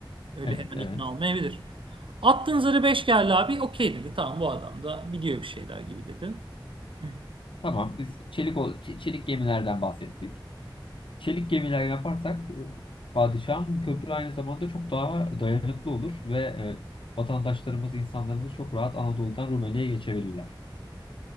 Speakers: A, on the right; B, on the left.
A: Öyle
B: Evet,
A: hemen
B: evet.
A: ikna olmayabilir. Attığın zarı 5 geldi abi. Okey dedi. Tamam bu adam da biliyor bir şeyler gibi dedi. Hı.
B: Tamam biz çelik, o- çe- çelik gemilerden bahsettik. Çelik gemiler yaparsak e, padişahın köprü aynı zamanda çok daha dayanıklı olur ve e, vatandaşlarımız, insanlarımız çok rahat Anadolu'dan Rumeli'ye geçebilirler.